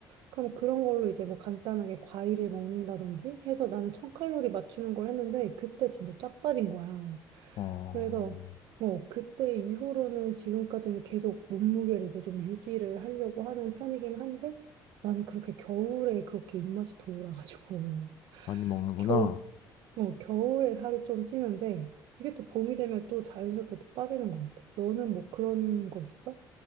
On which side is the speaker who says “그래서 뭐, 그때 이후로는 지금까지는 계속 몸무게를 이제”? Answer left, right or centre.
Right